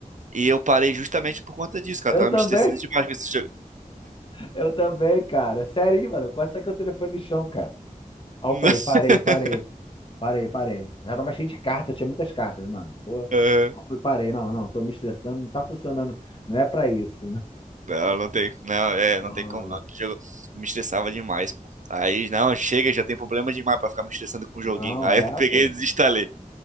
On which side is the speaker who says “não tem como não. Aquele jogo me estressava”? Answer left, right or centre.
Right